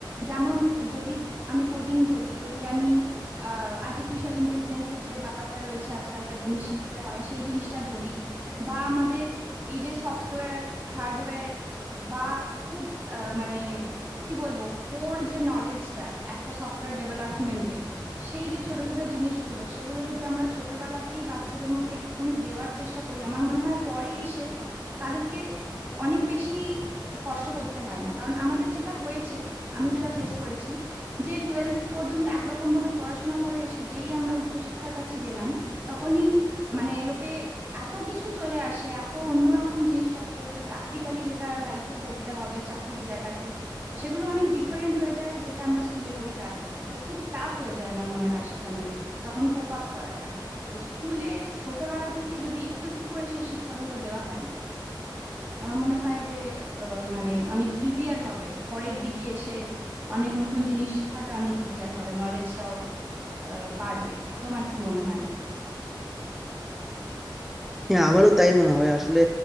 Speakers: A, on the right; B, in the centre.
A: যেমন যদি আমি কোডিং ধরি যদি আমি আর্টিফিশিয়াল ইন্টেলিজেন্সের যে ব্যাপারটা রয়েছে আজকালকার দিনে শিখতে হয় সেই জিনিসটা ধরি বা আমাদের এই যে সফটওয়্যার হার্ডওয়্যার বা খুব আহ, মানে কি বলবো কোর যে নলেজটা একটা সফটওয়্যার ডেভেলপমেন্টের সেই যে ছোট ছোট জিনিসগুলো সেগুলো যদি আমরা ছোটবেলাতেই বাচ্চাদের মধ্যে একটুখানি দেওয়ার চেষ্টা করি আমার মনে হয় পরে এসে তাদেরকে অনেক বেশি কষ্ট করতে হয় না কারণ আমাদের যেটা হয়েছে আমি যেটা ফেস করেছি যে টুয়েলভ পর্যন্ত একরকম ভাবে পড়াশোনা করে এসে যেই আমরা উচ্চশিক্ষার কাছে গেলাম তখনই মানে লোকে এত কিছু চলে আসে এত অন্যরকম জিনিসপত্র যে প্র্যাকটিক্যালি যেটা লাইফে করতে হবে চাকরির জায়গাতে সেগুলো অনেক ডিফারেন্ট হয়ে যায় যেটা আমরা স্কুলে পড়ি তার থেকে তো খুব টাফ হয়ে যায় আমার মনে হয় সেখানে তখন কোপ আপ করাটা তো স্কুলের ছোটবেলা থেকে যদি একটু একটু করে সেই শিক্ষাগুলো দেওয়া হয় আমার মনে হয় যে আহ, মানে অনেক ইজিয়ার হবে পরের দিকে এসে অনেক নতুন জিনিস শেখাটা অনেক ইজিয়ার হবে নলেজটাও বাড়বে তোমার কি মনে হয়
B: হ্যাঁ আমারও তাই মনে হয় আসলে